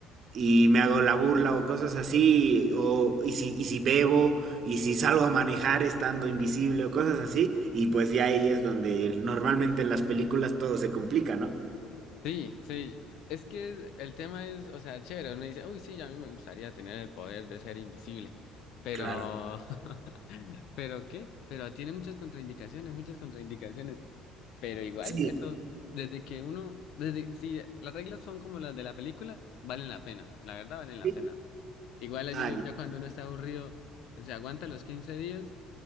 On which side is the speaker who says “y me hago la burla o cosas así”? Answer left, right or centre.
Right